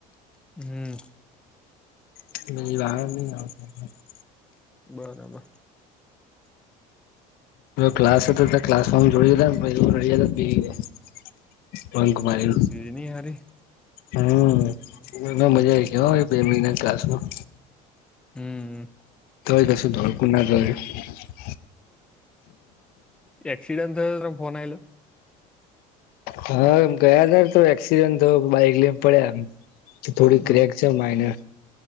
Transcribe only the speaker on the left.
<unintelligible>
ક્લાસ હતો ક્લાસમાં જોડે હતા પછી એવો નડિયાદ. બેરે બક મારેલું.
હમ એમાં મજા આવી ગઈ હો બે મહિના કાસમાં.
તોય કશું <unintelligible>
હા એમ ગયા ત તો એક્સિડેન્ટ તો બાઈક લઈને પડ્યા એમ થોડી
ક્રેક છે માઈનર.